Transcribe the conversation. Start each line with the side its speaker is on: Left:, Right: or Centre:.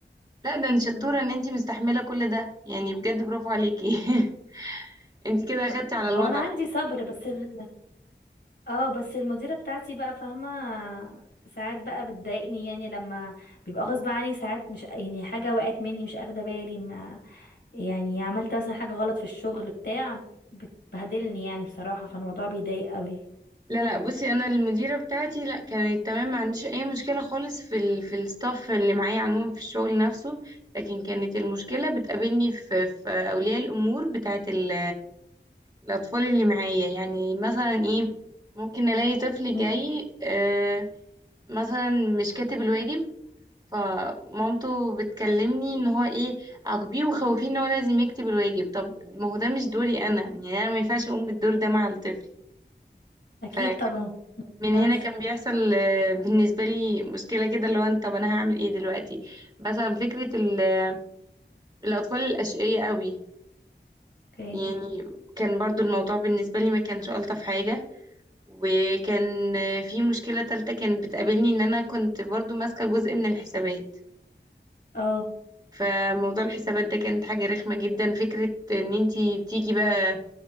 Right: لا ده انت
Left: امم
Right: شطورة ان انت مستحملة كل ده يعني بجد برافو عليكي <laughs> انت كده اخدتي على الوضع
Left: هو انا عندي صبر بس ال... اه بس المديره بتاعتي بقى فاهمه ساعات بقى بتضايقني يعني لما بيبقى غصب عني ساعات مش يعني حاجه وقعت مني مش اخده بالي ما يعني عملت مثلا حاجة غلط في الشغل بتاع بتبهدلني يعني بصراحة فالموضوع بيضايق قوي
Right: لا لا بصي انا المديره بتاعتي لا كانت تمام ما عنديش اي مشكله خالص في ال... في الستاف اللي معايا عموما في الشغل نفسه لكن كانت المشكله بتقابلني في في اولياء الامور بتاعت ال... الاطفال اللي معايا يعني مثلا ايه ممكن الاقي طفل
Left: مم.
Right: جاي آه مثلا مش كاتب الواجب فمامته بتكلمني ان هو ايه عاقبيه وخوفيه ان هو لازم يكتب الواجب طب ما هو ده مش دوري انا يعني انا ما ينفعش اقوم بالدور ده مع الطفل
Left: اكيد
Right: فكان
Left: طبعا
Right: من
Left: مفينفعش
Right: هنا كان بيحصل آه، بالنسبة لي مشكلة كده اللي هو أنا- طب أنا هعمل إيه دلوقتي مثلا فكرة ال- آه، الأطفال الأشقية قوي
Left: اوكي
Right: يعني كان برضو الموضوع بالنسبة لي ما كانش ألطف حاجة وكان آه، في مشكلة تالتة كانت بتقابلني إن أنا كنت برضو ماسكة جزء من الحسابات
Left: اه
Right: فموضوع الحسابات ده كانت حاجة رخمة جدا فكرة إن انتي بتيجي بقى